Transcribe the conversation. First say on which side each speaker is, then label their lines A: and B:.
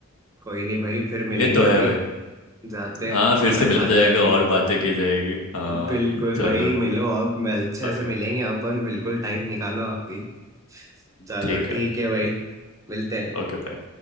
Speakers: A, on the right; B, on the left.
A: कोई नहीं भाई फिर मिलेंगे
B: ये तो
A: अभी
B: है भाई
A: जाते
B: हाँ
A: हैं, खाना
B: फिर से मिला
A: खाते
B: जाएगा
A: हैं अभी
B: और बातें की जाएगी हाँ
A: बिल्कुल
B: चलो
A: भाई मिलो अब मैं अच्छे
B: ओके
A: से मिलेंगे अपन बिल्कुल टाइम निकालो आप भी चलो
B: ठीक है
A: ठीक है भाई मिलते हैं
B: Okay bye